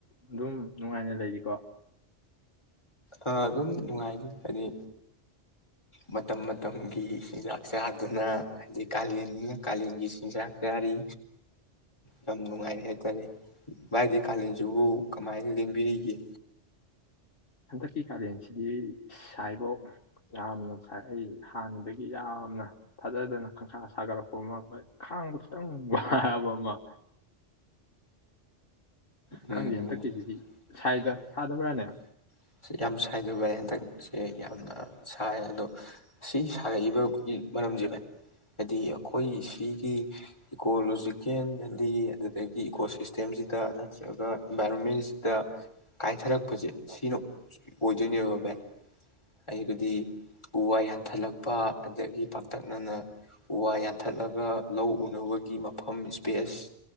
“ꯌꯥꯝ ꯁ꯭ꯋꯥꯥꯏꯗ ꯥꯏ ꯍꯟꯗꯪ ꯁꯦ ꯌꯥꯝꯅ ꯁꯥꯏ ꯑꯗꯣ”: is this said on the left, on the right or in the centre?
Left